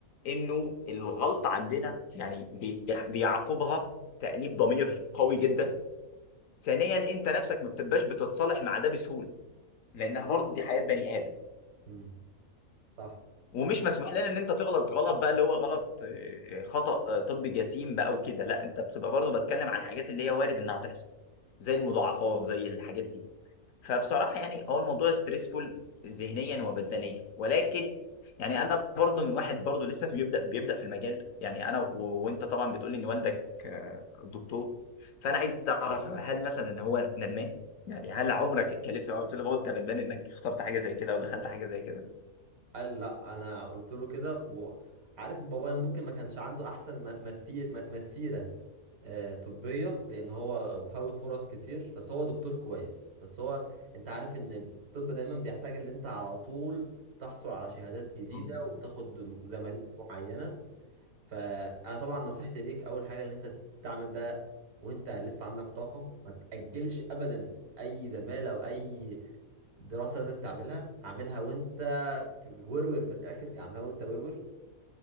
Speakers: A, on the left (about 65°); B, on the right (about 75°).
A: إنه الغلطة عندنا يعني بي- بيعقبها تأنيب ضمير قوي جدا ثانيا أنت نفسك ما بتبقاش بتتصالح مع ده بسهولة لأنها برضه دي حياة بني آدم
B: مم. صح
A: ومش مسموح لنا ان انت تغلط غلط بقى اللي هو غلط آه، آه، خطأ آه، طبي جسيم بقى وكده لا انت بتبقى برضو بتكلم عن الحاجات اللي هي وارد انها تحصل زي المضاعفات زي الحاجات دي فبصراحة يعني هو الموضوع ستريسفول ذهنيا وبدنيا ولكن يعني انا برضو من واحد برضو لسه في بيبدأ بيبدأ في المجال يعني انا و- وانت طبعا بتقولي ان والدك آه، دكتور فانا عايز اعرف هل مثلا ان هو ندمان يعني هل عمرك اتكلمت معاه قلت له بابا انت ندمان انك اخترت حاجة زي كده او دخلت حاجة زي
B: قال لا انا قلت له كده وعارف بابايا ممكن ما كانش عنده احسن م- مثي- م- مسيره آه، طبيه لان هو فوت فرص كتير بس هو دكتور كويس بس هو انت عارف ان الطب دايما بيحتاج ان انت على طول تحصل على شهادات
A: كده
B: جديده وتاخد زمالات معينه فانا طبعا نصيحتي ليك اول حاجه ان انت تعمل ده وانت لسه عندك طاقه ما تاجلش ابدا اي زماله واي دراسه لازم تعملها اعملها وانت في ورور من الاخر اعملها وانت ورور